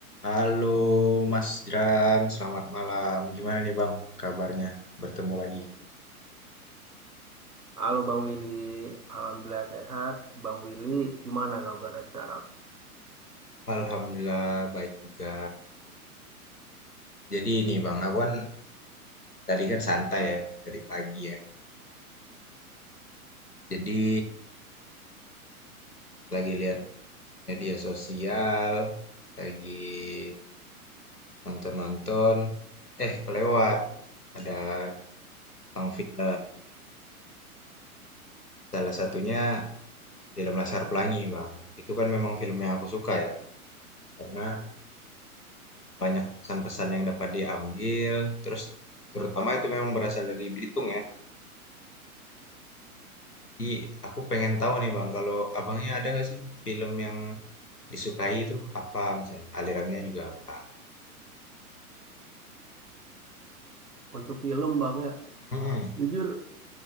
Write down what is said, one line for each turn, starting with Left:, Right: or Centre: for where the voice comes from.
Left: Halo Mas Jeran, selamat malam. Gimana nih Bang kabarnya? Bertemu lagi kita.
Right: Halo Bang Willy, Alhamdulillah sehat. Bang Willy, gimana kabarnya sekarang?
Left: Alhamdulillah baik juga. Jadi ini Bang, aku kan tadi kan santai ya dari pagi ya. Jadi pas lagi lihat media sosial, lagi nonton-nonton, eh kelewat ada tentang film. Salah satunya film Laskar Pelangi Bang. Itu kan memang film yang aku suka ya. Karena Banyak pesan-pesan yang dapat diambil, terus terutama itu memang berasal dari Belitung ya. Jadi aku pengen tahu nih Bang, kalau abangnya ada nggak sih film yang disukai itu apa misalnya, alirannya juga apa?
Right: Untuk film Bang ya,
Left: hmm
Right: jujur